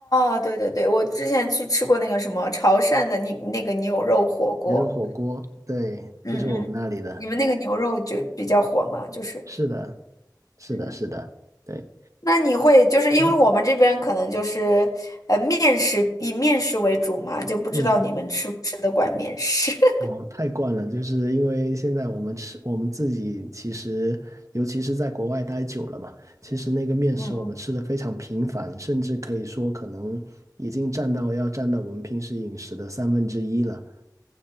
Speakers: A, on the left; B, on the right.
A: 哦，对对对，我之前去吃过那个什么潮汕的那那个牛肉火锅，
B: 牛肉火锅，对，
A: 嗯嗯，
B: 就是我们那里的。
A: 你们那个牛肉就比较火嘛，就是，
B: 是的，是的，
A: 嗯，
B: 是的，对，
A: 那你会就是因为我们这边可能就是呃面食以面食为主嘛，
B: 嗯
A: 就不知道你们吃不吃得惯面食。
B: 嗯，哦，
A: <laughs>
B: 太惯了，就是因为现在我们吃，我们自己其实，尤其是在国外待久了嘛，其实那个面食我们吃的非常频繁，
A: 嗯，
B: 甚至可以说可能已经占到要占到我们平时饮食的三分之一了。